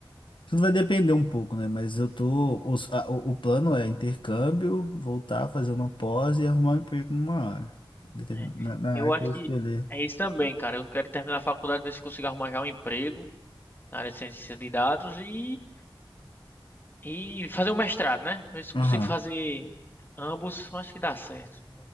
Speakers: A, on the left; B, on the left.
A: Tudo vai depender um pouco, né? Mas eu tô. os- a- o, o plano é intercâmbio, voltar, fazer uma pós e arrumar um emprego numa área. determin-
B: É.
A: Na, na
B: Eu
A: área
B: acho
A: que eu escolher.
B: que é isso também, cara. Eu quero terminar a faculdade, ver se consigo arrumar já um emprego na área de ciência de dados e, e fazer um mestrado, né? Ver se eu
A: Aham.
B: consigo fazer ambos. Eu Acho que dá certo.